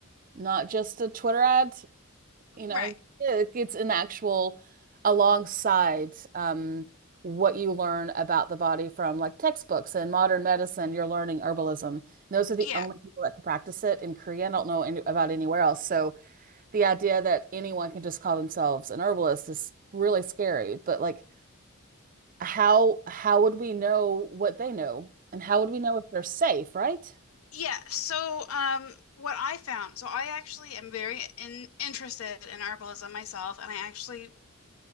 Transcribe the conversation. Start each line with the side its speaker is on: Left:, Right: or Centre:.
Right: not just a Twitter ad. You know,
Left: right.
Right: yeah, it's an actual alongside um, what you learn about the body from like textbooks and modern medicine, you're learning herbalism. And those are the
Left: Yeah.
Right: only
Left: <laughs>
Right: people that can practice it in Korea. I don't know any, about anywhere else. So the idea that anyone can just call themselves an herbalist is really scary. But like, how how would we know what they know, and how would we know if they're safe, right?
Left: Yeah, so um, what I found, so I actually am very in, interested in herbalism myself, and I actually